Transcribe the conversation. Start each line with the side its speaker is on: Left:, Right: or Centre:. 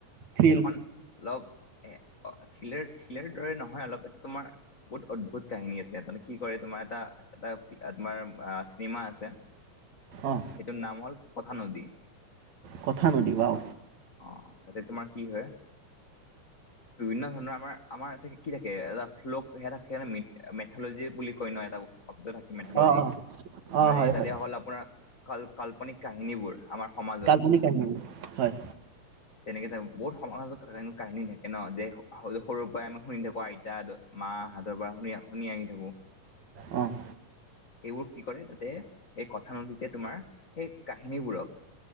Right: থ্ৰিল
Left: এখন অলপ এ ঠিলেৰ ঠিলেৰ দৰে নহয় অলপ এ তোমাৰ বহুত অদ্ভুত কাহিনী আছে তামানে কি কৰে তোমাৰ এটা এটা তোমাৰ চিনেমা আছে। সেইটোৰ
Right: অঁ
Left: নাম হল কথা নদী
Right: কথা নদী ৱাও
Left: অ তাতে তোমাৰ কি হয় বিভিন্ন ধৰণৰ আমাৰ আমাৰ থাকে কি থাকে এটা ফ্লোক সেয়া থাকে ম মেথলজি বুলি কৈ ন এটা শব্দ থাকে। মেথলজি
Right: অঁ অঁ অঁ
Left: মানে
Right: হয়
Left: এটা
Right: হয়
Left: দিয়া হ'ল আপোনাৰ কাল কাল্পনিক কাহিনীবোৰ। আমাৰ সমাজত
Right: আধুনিক কাহিনী হয়।
Left: তেনেকে থাকো বহুত সমাজত কাহিনী থাকে। কে ন যে সৰুৰ পৰাই আমি শুনি থাকো আইতা মা হাতৰ পৰা শুনি শুনি আহি থাকো।
Right: অ'
Left: সেইবোৰ কি কৰে তাতে সেই কথানদীতে তোমাৰ সেই কাহিনীবোৰক।